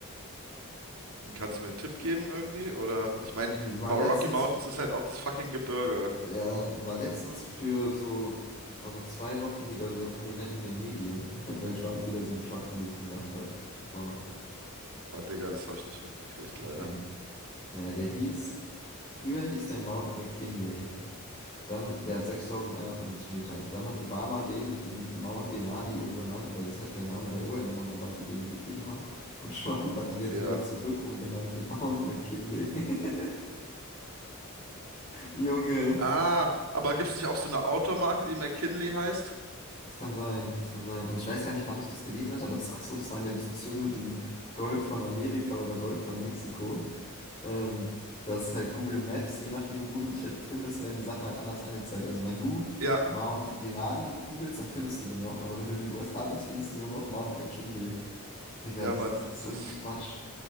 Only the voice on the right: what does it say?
Kannst du mir einen Tipp geben irgendwie? Oder ich meine,
Rocky
Mountains ist halt auch das fucking Gebirge.
Oh, Digga, das habe ich nicht mitgekriegt,
leider.
Ja.
Ah, aber gibt's nicht auch so eine Outdoor-Marke, die McKinley heißt?
Ja,
ja,
Mann.
Das,